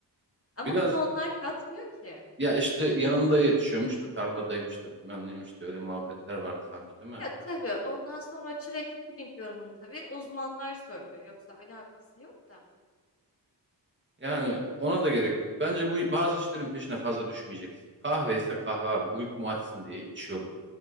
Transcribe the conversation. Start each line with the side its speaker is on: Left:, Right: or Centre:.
Left: Ama
Right: Biraz
Left: bunu onlar katmıyor ki.
Right: ya işte yanında yetişiyormuş da tarladaymış da bilmem neymiş de öyle muhabbetler vardı sanki değil mi?
Left: Ya tabii ondan sonra çilekli puding yorumunu tabii uzmanlar söylüyor. Yoksa alakası yok da.
Right: Yani ona da gerek yok. Bence bu bazı işlerin peşine fazla düşmeyeceksin. Kahve ise kahve abi. Uykumu açsın diye içiyorum.